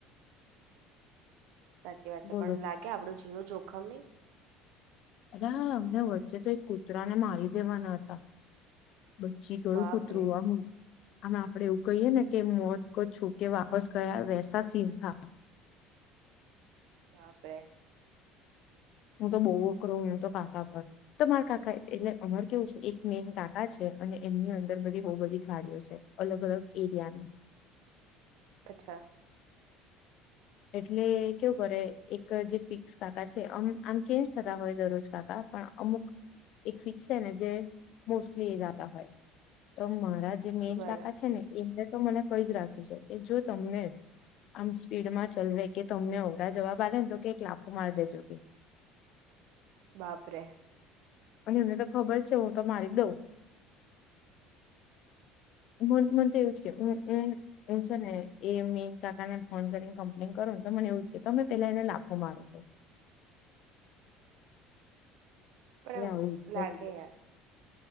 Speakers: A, on the right (about 75°); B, on the left (about 55°).
A: સાચી વાત છે.
B: બોલો
A: પણ લાગે આપડું જીણું જો ખમનઈ
B: અરે હાં અમને વચ્ચે તો એક કૂતરાને મારી દેવાના હતા. બચી ગયું
A: બાપરે
B: કુતરું આમુ. આમ આપડે એવું કહીએ ને કે મોત કો છુકે વાપસ ગયા વેસા સીન થા.
A: બાપરે.
B: હું તો બહુ વકરો હ તો કાકા પર તો મારા કાકા એટલે અમાર કેવું છે એક મેન કાકા છે અને એમની અંદર બધી બહુ બધી ગાડીઓ છે અલગ અલગ એરિયાની.
A: અચ્છા.
B: એટલે કેવું કરે એક જે ફિક્સ કાકા છે આમ આમ ચેન્જ થતા હોય દરરોજ કાકા પણ અમુક એક ફિક્સ છે ને જે મોસ્ટલી એ ગાતા હોય તોમ માં રા જે મેન
A: બરા
B: કાકા છે ને એમને તો મને કઈ જ રાખ્યું છે કે જો તમને આમ સ્પીડમાંજ ચલને કે તમને ઓવડા જવાબ આલે ને તો કે એક લાફો મારી દેજો કે.
A: બાપરેે.
B: અને એમને તો ખબર છે હું તો મારી દઉં. મન મને તો એવું છ છે હું હું હુંજ છે ને એ મેં કાકાને ફોન કરીને કમ્પ્લેન કરો ને તો મને એવું જ કે તમે પેલા એને લફો મારો કે
A: પણ
B: આવું જ છે
A: લા
B: બધું.
A: કે રા.